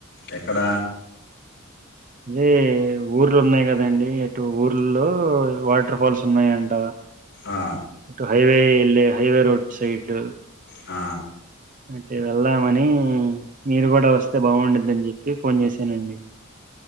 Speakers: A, on the left (about 55°); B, on the right (about 40°).
A: ఎక్కడ
B: అదే ఊర్లు ఉన్నాయి కదండి అటు ఊర్లో వాటర్ ఫాల్స్ ఉన్నాయంట.
A: ఆ,
B: అటు హైవే వెళ్లే హైవే రోడ్ సైడ్
A: ఆ
B: అంటే వెళ్దామని మీరు కూడా వస్తే బాగుండద్దని చెప్పి ఫోన్ చేసానండి